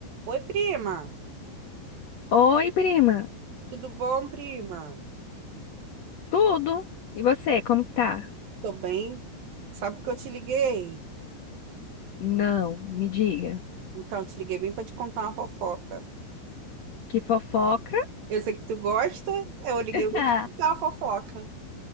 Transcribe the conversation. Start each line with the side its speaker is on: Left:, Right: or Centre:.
Right: Oi, prima.
Left: Oi, prima.
Right: Tudo bom, prima?
Left: Tudo? E você, como que tá?
Right: Tô bem. Sabe que eu te liguei?
Left: Não, me diga.
Right: Então, eu te liguei bem para te contar uma fofoca.
Left: Que fofoca?
Right: Eu sei que tu gosta, eu liguei
Left: <laughs>
Right: bem
Left: Ah,
Right: pra te contar uma fofoca.